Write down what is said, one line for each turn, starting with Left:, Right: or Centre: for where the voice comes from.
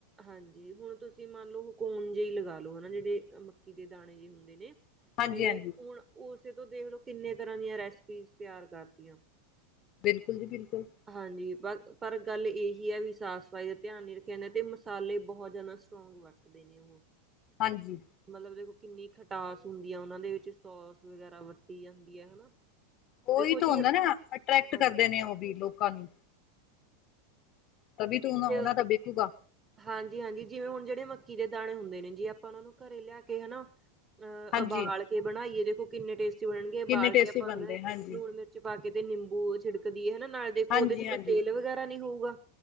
Right: ਹਾਂਜੀ, ਹੁਣ ਤੁਸੀ ਮੰਨ ਲਓ ਕੋਨ ਜਿਹੀ ਲਗਾ ਲਓ, ਹਨਾ ਜਿਹੜੇ ਮੱਕੀ ਦੇ ਦਾਣੇ ਜਿਹੇ ਹੁੰਦੇ ਨੇ
Left: ਹਾਂਜੀ
Right: ਤੇ,
Left: ਹਾਂਜੀ
Right: ਹੁਣ ਉਸੇ ਤੋ ਦੇਖਲੋ ਕਿਨੇ ਤਰ੍ਹਾ ਦੀਆਂ ਰੈਸਪੀਜ਼ ਤਿਆਰ ਕਰਤੀਆਂ।
Left: ਬਿਲਕੁਲ ਜੀ, ਬਿਲਕੁਲ।
Right: ਹਾਂਜੀ, ਬਸ ਫਰਕ ਗੱਲ ਇਹੀ ਹੈ, ਵੀ ਸਾਫ਼-ਸਫ਼ਾਈ ਦਾ ਧਿਆਨ ਨਹੀ ਰੱਖਿਆ ਜਾਂਦੇ, ਤੇ ਇਹਨਾਂ ਦੇ ਮਸਾਲੇ ਬਹੁਤ ਜ਼ਿਆਦਾ ਸਟਰੋਂਗ ਕੱਟਦੇ ਨੇ ਉਹ
Left: ਹਾਂਜੀ।
Right: ਮਤਲਬ ਦੇਖੋ, ਕਿੰਨੀ ਖਟਾਸ ਹੁਦੀ ਆ ਉਹਨਾਂ ਦੇ ਵਿਚ, ਸੌਸ ਵਗੈਰਾ ਵਰਤੀ ਜਾਂਦੀ ਆ, ਹਨਾ
Left: ਉਹੀ
Right: ਦੇਖੋ
Left: ਤੋ
Right: ਜੇ
Left: ਹੁੰਦਾ ਨਾ, ਅਟ੍ਰੈਕਟ
Right: ਹਾਂ
Left: ਕਰਦੇ ਨੇ ਉਹ ਵੀ, ਲੋਕਾਂ ਨੂੰ। ਤਬੀ ਤੋ ਓ,
Right: ਜੇ
Left: ਉਹਨਾਂ ਦਾ ਬੀਕੂਗਾ।
Right: ਹਾਂਜੀ-ਹਾਂਜੀ, ਜਿਵੇ ਹੁਣ ਜਿਹੜੇ ਮੱਕੀ ਦੇ ਦਾਣੇ ਹੁੰਦੇ ਨੇ ਜੀ, ਆਪਾਂ ਉਹਨਾਂ ਨੂੰ ਘਰੇ ਲਿਆਕੇ ਹਨਾ ਅਹ
Left: ਹਾਂਜੀ
Right: ਅਬਾਲ ਕੇ ਬਣਾਈਏ ਦੇਖੋ ਕਿੰਨੇ ਟੇਸਟੀ ਬਣਨਗੇ, ਉਬਾਲਕੇ
Left: ਕਿੰਨੇ ਟੇਸਟੀ
Right: ਆਪਾਂ
Left: ਬਣਦੇ
Right: ਉਹ
Left: ਹਾਂਜੀ
Right: ਲੂਣ, ਮਿਰਚ 'ਚ ਪਾਕੇ ਤੇ ਨਿਬੂ ਛਿੜਕਦੀਏ ਹਨਾ, ਨਾਲੇ ਦੇਖੋ
Left: ਹਾਂਜੀ
Right: ਉਹਦੇ 'ਚ
Left: ਹਾਂਜੀ
Right: ਕੋਈ ਤੇਲ ਵਗੈਰਾ ਨੀ ਹੋਊਗਾ